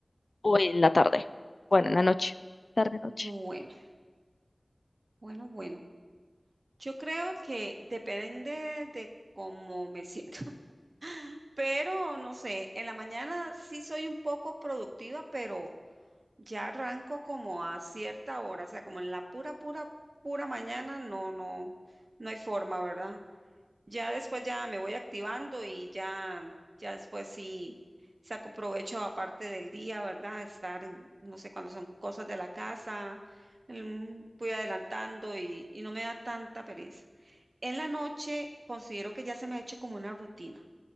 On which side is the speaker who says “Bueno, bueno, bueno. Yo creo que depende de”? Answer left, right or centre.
Right